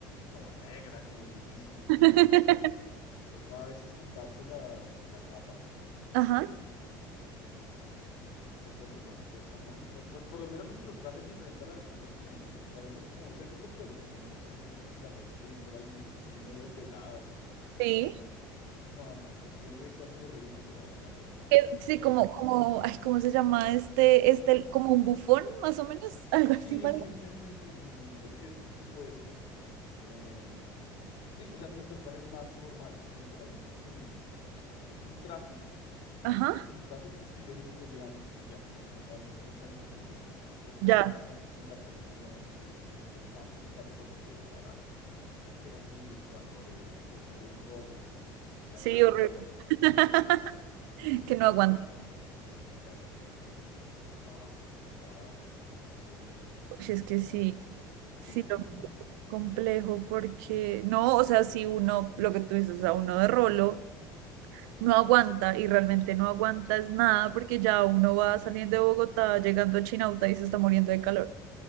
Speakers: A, on the left (about 60°); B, on the right (about 80°).
A: como negra, como difícil. Entonces,
B: <laughs>
A: Toca a veces quitarse la, la capa, em,
B: ajá,
A: que es lo que más pesa, ¿no? Y por, pues por lo menos nuestro traje es diferente a la de las otras tunas. Nuestro traje no es como, o sea, has visto que, es- bueno, no sé, es que no sé si las has visto bien, pero hay unos que tienen medias veladas y, y
B: Sí.
A: son como, no, pues yo no me he visto así de ridículo, la verdad, pero
B: que sí,
A: eh,
B: como, como, ay, ¿cómo se llama este, este, como un bufón más o menos, <laughs> algo
A: sí,
B: así, ¿vale?
A: <laughs> sí, sí, sí, sí, sí, es que es tipo eso. Em, sí, o sea, nuestro traje es más formal, es, literalmente es como un, es un traje, un-
B: Ajá,
A: es un traje que estilo victoriano y ya, o sea, ahí tiene chalequito y todo. Entonces, por
B: ya.
A: lo menos en, en Cartagena nos, nos, nos, nos dejábamos en chaleco porque de verdad era, era terrible el calor eh, y pues uno bien rolo, ¿no? Bien, en cachaco,
B: Sí, horrible.
A: no boda,
B: <laughs>
A: pues...
B: que no
A: Pues
B: aguanta.
A: eh, sí, claro, no, no, no, tocaba, tocaba dejarse ahí
B: Uy, es que
A: en...
B: sí,
A: <clears throat>
B: sí, complejo porque no, o sea, si uno, lo que tú dices, o sea uno de rolo no aguanta y realmente no aguanta es nada porque ya uno va saliendo de Bogotá, llegando a Chinauta y se está muriendo de calor.